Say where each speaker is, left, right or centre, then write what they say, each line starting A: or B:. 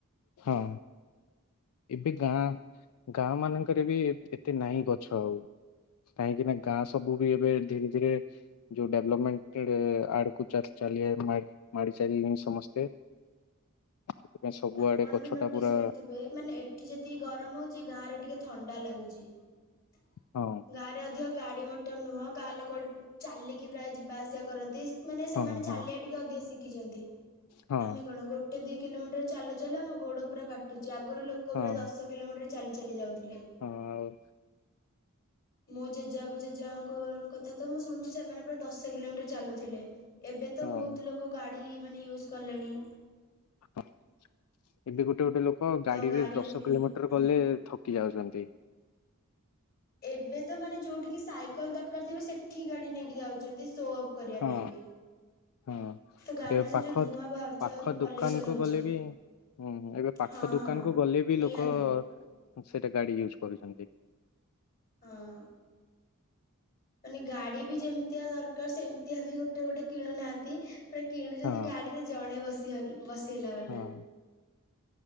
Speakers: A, on the left (about 75°); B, on the left (about 45°).
A: ହଁ ଏବେ ଗାଁ ଗାଁ ମାନଙ୍କରେ ବି ଏତେ ନାହିଁ ଗଛ ଆଉ କାହିଁକି ନା ଗାଁ ସବୁ ବି ଏବେ ଧୀରେ ଧୀରେ ଯୋଉ ଡେଭଲପମେଣ୍ଟ ଆଡକୁ ଚାଲିଛି ଚାଲିଆ ମାାର ଚାଲି ସମସ୍ତେ <unintelligible> ସବୁଆଡେ
B: ଆପଣ
A: ଗଛଟା
B: ବି ନୋଟିସ୍
A: ପୁରା
B: କରିଥିବେ ମାନେ ଏଠି ଯେତିକି ଗରମ ହଉଛି ଗାଁ ରେ ଟିକେ ଥଣ୍ଡା ଲାଗୁଛି ଜି <unintelligible>
A: ହଁ
B: ଗାଁ ରେ ଅଧିକ ଗାଡି ମଟର ନୁହଁ ଗାଁ ଲୋକ ଚାଲିକି ପ୍ରାୟ ଯିବା ଆସିବା କରନ୍ତି । ମାନେ ସେମାନେ
A: ହଁ
B: ଚାଲିବା
A: ହଁ
B: ଟିକେ ଅଧିକ ଶିଖିଛନ୍ତି
A: ହଁ
B: ଆମେ କଣ ଗୋଟେ ଦି କିଲୋମିଟର ଚାଲୁ ଚାଲୁ ଆମ ଗୋଡ଼ ପୁରା କାଟୁଛି ଆଗରୁ ଲୋକ
A: ହଁ
B: ପୁରା ଦଶ କିଲୋମିଟର ଚାଲି ଚାଲି ଯାଉଥି ଲେ
A: ହଁ
B: ମୋ ଜେଜେବାପ ଜେଜେବାଙ୍କ କଥା ତ ମୁଁ ଶୁଣୁଛି ସେମାନେ ପୁରା ଦଶ କିଲୋମିଟର ଚାଲୁଥିଲେ ଏବେ ତ
A: ହଁ
B: ବହୁତ ଲୋକ ଗାଡି, ମାନେ ୟୁଜ କଲେଣି
A: ହଁ ଏବେ ଗୋଟେ ଗୋଟେ ଲୋକ
B: ତ
A: ଗାଡିରେ
B: ଗାଡ଼ିରୁ
A: ଦଶ
B: ବି
A: କିଲୋମିଟର
B: ହଁ
A: ଗଲେ ଥକି ଯାଉଛନ୍ତି
B: ଏବେ ତ ମାନେ ଯୋଉଠିକି ସାଇକେଲ ଦରକାର ଥିବ ସେଠି ଗାଡି ନେଇକି ଯାଉଛନ୍ତି ସୋପ କରିବା
A: ହଁ
B: ପାଇଁ ବି
A: ହଁ
B: ତ ଗାଡିରେ
A: ଏବେ
B: ସେ
A: ପାଖ
B: ଯୋଉ ଧୂଆଁ ବାହାରୁିଛି
A: ପାଖ
B: ଆହୁରି ପଲ୍ୟୁସନ
A: ଦୋକାନ କୁ
B: ହଉଛି
A: ଗଲେ ବି ହୁଁ ଏବେ ପାଖ
B: ହଁ
A: ଦୋକାନ
B: ହଁ
A: କୁ ଗଲେ ବି
B: ନିହାତି
A: ଲୋକ ସେଟା ଗାଡି ୟୁଜ କରୁଛନ୍ତି
B: ହଁ ମାନେ ଗାଡି ବି ଯେମିତିଆ ଦରକାର ସେମିତିଆ ବି ଗୋଟେ ଗୋଟେ କିଣୁନାହାନ୍ତି ପୁରା କିଣୁଛନ୍ତି
A: ହଁ
B: ଗାଡିରେ ଜଣେ ବସି ବସି ହେଲା ବାଲା
A: ହଁ